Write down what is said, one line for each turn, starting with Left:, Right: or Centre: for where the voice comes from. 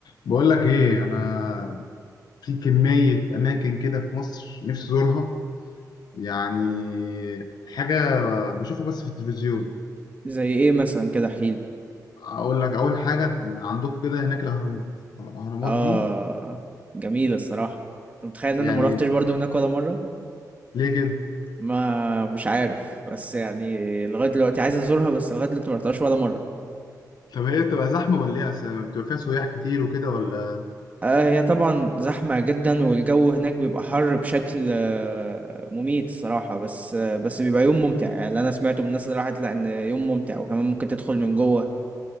Left: بقول لك ايه انا في كمية اماكن كده في مصر نفسي ازورها يعني حاجة بشوفها بس في التلفزيون
Right: زي ايه مثلا كده احكيلي
Left: اقول لك اول حاجة عندكم كده هناك الاهرامات الاهرامات
Right: اه
Left: دي
Right: جميلة الصراحة انت متخيل ان
Left: يعني
Right: انا ما روحتش برضو هناك ولا مرة
Left: ليه كده
Right: ما مش عارف بس يعني لغاية دلوقتي عايز ازورها بس لغاية دلوقتي ما رحتهاش ولا مرة
Left: طب هي بتبقى زحمة ولا ايه أصل بتبقى فيها سياح كتير وكده ولا
Right: آه هي طبعا زحمة جدا والجو هناك بيبقى حر بشكل آه، مميت الصراحة بس آه بس بيبقى يوم ممتع يعني اللي انا سمعته من الناس اللي راحت لا ان يوم ممتع وكمان ممكن تدخل من جوه